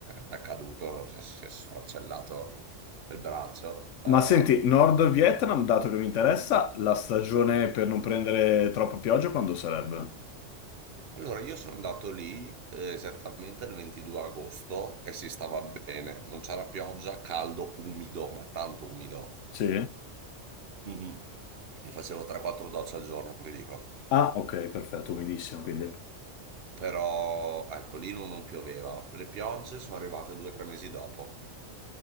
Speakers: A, on the right; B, on the left.
A: eh, è caduto, si è, si è sfracellato il braccio. Però...
B: Ma senti, Nord Vietnam, dato che mi interessa, la stagione per non prendere troppa pioggia quando sarebbe?
A: Allora, io sono andato lì eh, esattamente il 22 agosto e si stava bene. Non c'era pioggia, caldo, umido, ma tanto umido.
B: Sì?
A: Mhm. Mi facevo 3-4 docce al giorno, ti dico.
B: Ah, ok, perfetto, umidissimo, quindi.
A: Però ecco, lì non, non pioveva. Le piogge sono arrivate due o tre mesi dopo.